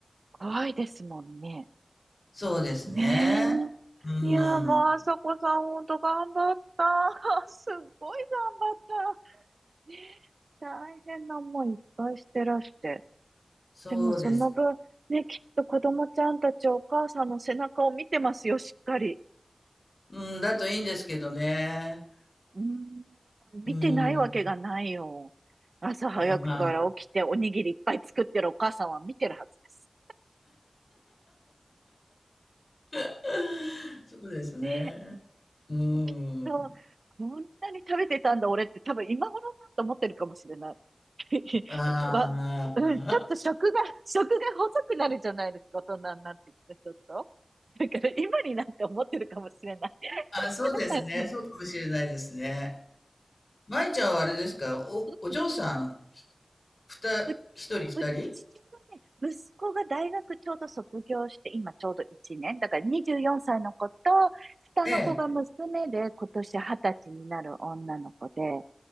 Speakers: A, on the right; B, on the left.
A: 怖いですもんね。
B: そうですね。
A: ねえ。
B: う
A: いや、もう、
B: ん。
A: あさこさん、ほんと頑張った。<laughs> すっごい頑張った。ねえ大変な思いいっぱいしてらして。
B: そうです。
A: でも、その分、ね、きっと子供ちゃんたちお母さんの背中を見てますよ、しっかり。
B: うん、だといいんですけどね。
A: うーん、
B: うん。
A: 見てないわけがないよ。朝早くから起きておにぎりいっぱい作ってるお母さんは見てるはずです。
B: うんまあ、<laughs> そうですね。
A: ねえ、
B: うーん。
A: きっと、こんなに食べてたんだ、俺って、多分今頃になって思ってるかもしれない。<laughs>
B: ああ。
A: わ、うん、ちょっと食が、食が細くなるじゃないですか、大人になってきて、ちょっと。だから今になって思ってるかもしれない。<laughs>
B: <laughs> あ、そうですね。そうかもしれないですね。舞ちゃんはあれですか、お、
A: うん
B: お嬢さん、ふた、
A: う、う
B: 一人二人？
A: ちはね、息子が大学ちょうど卒業して、今ちょうど1年。だから24歳の子と、下の子が娘で、
B: ええ。
A: 今年20歳になる女の子で、